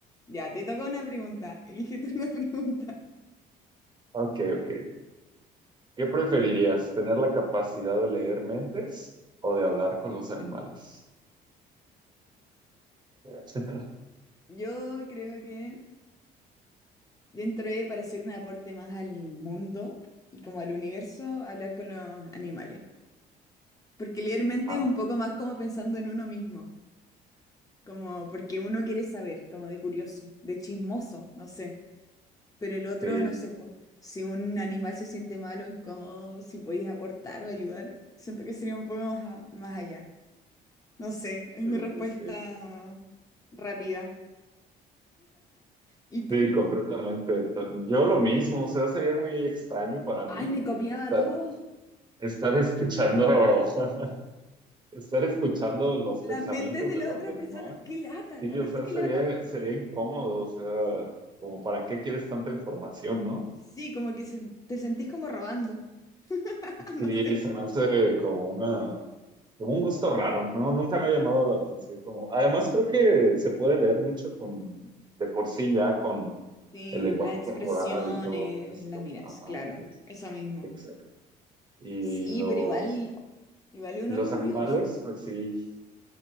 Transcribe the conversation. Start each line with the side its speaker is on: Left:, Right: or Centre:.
Left: ya, te toca una pregunta. Elige tú <laughs> una pregunta.
Right: Ok, ok. ¿Qué preferirías? ¿Tener la capacidad de leer mentes o de hablar con los animales? <laughs>
Left: Yo creo que dentro de, para hacer un aporte más al mundo y como al universo, hablar con los animales. Porque leer mente
Right: Ah,
Left: es un poco más como pensando en uno mismo, como porque uno quiere saber, como de curioso, de chismoso, no sé. Pero el otro,
Right: sí.
Left: no sé, pues, si un animal se siente mal o incómodo, si podéis aportar o ayudar, siento que sería un poco más, a- más allá. No sé, es
Right: Sí,
Left: mi respuesta
Right: sí, sí.
Left: rápida. ¿Y tú?
Right: Sí, completamente. To- Yo lo mismo, o sea, sería muy extraño para mí
Left: Ay, me copiaba
Right: estar,
Left: todo.
Right: estar escuchando, <laughs> estar escuchando los
Left: Las
Right: pensamientos
Left: mentes de
Right: de
Left: las
Right: los
Left: otras
Right: demás.
Left: personas. ¡Qué lata!
Right: Sí,
Left: Aparte,
Right: o sea,
Left: qué
Right: sería,
Left: lata.
Right: sería incómodo, o sea, como para qué quieres tanta información, ¿no?
Left: Sí, como que se- te sentís como robando. <laughs>
Right: Sí,
Left: No sé.
Right: se me hace como una, como un gusto raro, ¿no? Nunca me ha llamado la atención como. Además, creo que se puede leer mucho con, de por sí ya con
Left: Sí,
Right: el lenguaje
Left: las expresiones,
Right: corporal y todo esto.
Left: las miras,
Right: Ajá,
Left: claro.
Right: sí.
Left: Eso mismo.
Right: Exacto. Y
Left: Sí,
Right: los,
Left: pero igual, igual uno
Right: los
Left: es curioso.
Right: animales, pues sí.